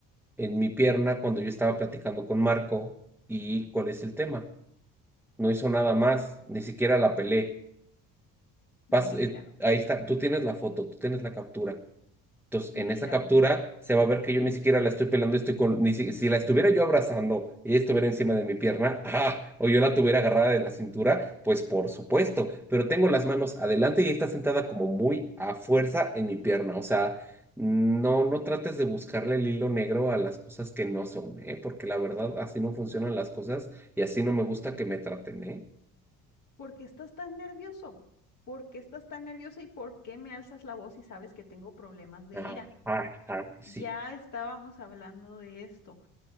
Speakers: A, in the centre; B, on the left.
A: en mi pierna cuando yo estaba platicando con Marco y cuál es el tema. No hizo nada más, ni siquiera la pelé. Pas-
B: Mira,
A: eh, ahí está, tú tienes la foto, tú tienes la captura. Entonces,
B: mira,
A: en esa captura se va a ver que yo ni siquiera la estoy pelando, estoy con, ni si, si la estuviera yo abrazando y ella estuviera encima de mi pierna, ¡ah! o yo la tuviera agarrada de la cintura, pues por supuesto, pero tengo las manos adelante y ella está sentada como muy a fuerza en mi pierna, o sea, no, no trates de buscarle el hilo negro a las cosas que no son, ¿eh? Porque la verdad, así no funcionan las cosas y así no me gusta que me traten, ¿eh?
B: ¿por qué estás tan nervioso? ¿Por qué estás tan nerviosa y por qué me alzas la voz si sabes que tengo problemas de
A: Ah,
B: ira?
A: ah, ah, sí.
B: Ya estábamos hablando de esto.